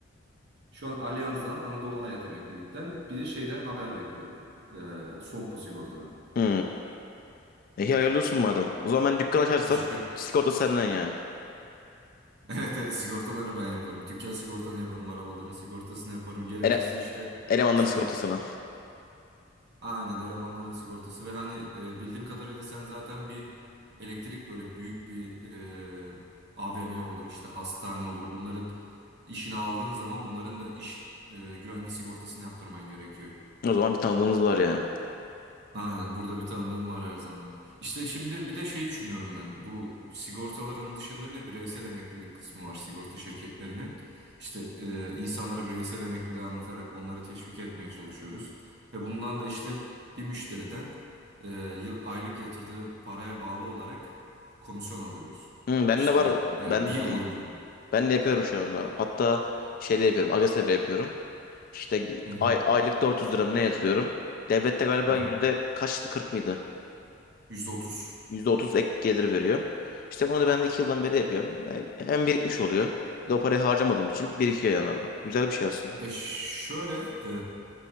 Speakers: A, on the right (about 60°); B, on the left (about 45°).
A: Şu an Allianz'dan, Anadolu Hayat Emeklilik'ten bir de şeyden haber bekliyorum. Ee, Sompo Sigorta'dan.
B: Hı. E iyi, hayırlı olsun madem. O zaman ben dükkan açarsam
A: Teşekkür.
B: sigorta
A: <laughs>
B: senden yani.
A: Evet, evet sigortalarını ben yaparım. Dükkan sigortanı yaparım. Arabaların sigortasını yaparım. Gerekirse
B: Ele
A: işte
B: elemanların
A: sen
B: sigortasını.
A: aynen elemanların sigortası ve hani e, bildiğim kadarıyla sen zaten bir elektrik böyle büyük bir e, AVM olur işte hastane olur. Bunların işini aldığın zaman bunların da iş e, güvenliği sigortasını yaptırman gerekiyor.
B: O zaman bir tanıdığımız var ya.
A: Aynen burada bir tanıdığım var her zaman. İşte şimdi bir de şey düşünüyorum ben. Bu sigortaların dışında bir de bireysel emeklilik kısmı var sigorta şirketlerinin. İşte e, insanlara bireysel emekliliği anlatarak onları teşvik etmeye çalışıyoruz. Ve bundan da işte bir müşteriden e, yıl, aylık yatırdığı paraya bağlı olarak komisyon alıyoruz.
B: Hı, ben
A: İşte
B: de var.
A: e,
B: Ben
A: bir yıl boyunca.
B: ben de yapıyorum şu anda. Hatta şeyde yapıyorum. Agese'de yapıyorum. İşte
A: Hı hı,
B: ay, aylık 400 lira mı ne yatırıyorum. Devlette galiba
A: hı hı.
B: yüzde kaçtı 40 mıydı?
A: %30.
B: Yüzde 30 ek gelir veriyor. İşte bunu da ben 2 yıldan beri yapıyorum. Yani hem birikmiş oluyor. Bir de o parayı harcamadığım için birikiyor yani orada. Güzel bir şey aslında.
A: E şöyle e,